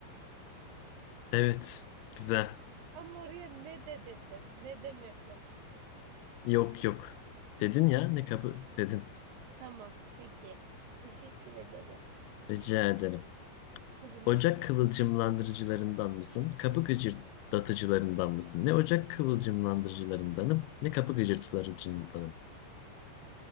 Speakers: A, on the left; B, on the right.
A: evet. Güzel.
B: Ama oraya ne de dedim, ne demedim.
A: Yok yok. Dedin ya ne kabı dedin.
B: Tamam, peki. Teşekkür ederim.
A: Rica ederim.
B: O zaman
A: Ocak
B: sen-
A: kıvılcımlandırıcılarından mısın? Kapı gıcırdatıcılarından mısın? Ne ocak kıvılcımlandırıcılarındanım ne kapı gıcırdatıcılarındanım?